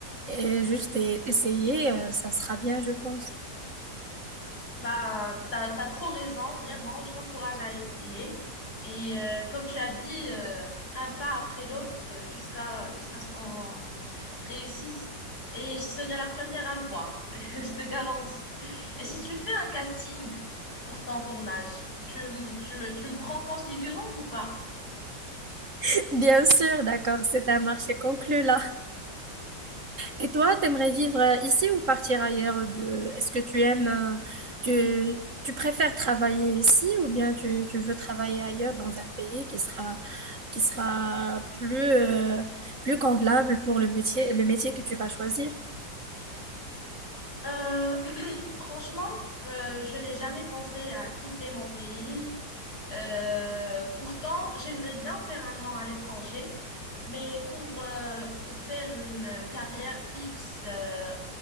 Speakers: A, on the right (about 45°); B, on the left (about 60°).
A: Et juste e- essayer, euh, ça sera bien, je pense.
B: Bah, t'as, t'as trop raison, vraiment, je t'encourage à essayer. Et euh, comme tu as dit, euh, un pas après l'autre euh, jusqu'à jusqu'à ce qu'on réussisse. Et je serai la première à le voir, <laughs> je te garantis. Et si tu fais un casting pour ton tournage, tu, m- tu, me- tu me prends configurante ou pas?
A: <laughs> Bien sûr, d'accord, c'est un marché conclu, là. Et toi, t'aimerais vivre euh, ici ou partir ailleurs? euh, Du- euh, Est-ce que tu aimes, euh, tu, tu préfères travailler ici ou bien tu, tu veux travailler ailleurs dans un pays qui sera, qui sera plus, euh, plus convenable pour le métier, le métier que tu vas choisir?
B: Euh, <clears throat> franchement, euh, je n'ai jamais pensé à quitter mon pays Euh, pourtant, j'aimerais bien faire un an à l'étranger, mais pour, euh, pour faire une euh, carrière fixe euh,